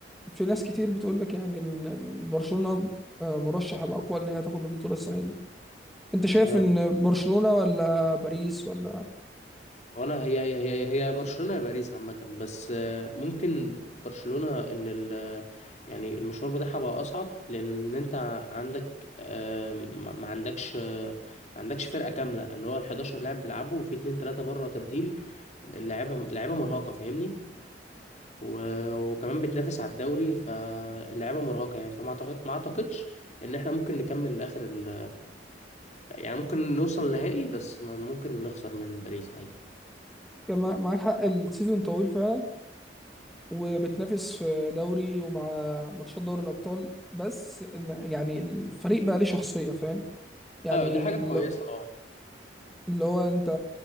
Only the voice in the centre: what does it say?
في ناس كتير بتقول لك يعني ان إن برشلونه آه، مرشح الاقوى ان هي تاخد البطوله السنه دي انت شايف
ان برشلونه ولا باريس ولا
كان مع- معاك حق السيزون طويل فعلا وبتنافس في دوري ومع ماتشات دوري الأبطال بس ال- يعني الفريق بقى ليه شخصية فاهم يعني
الل-
اللي هو انت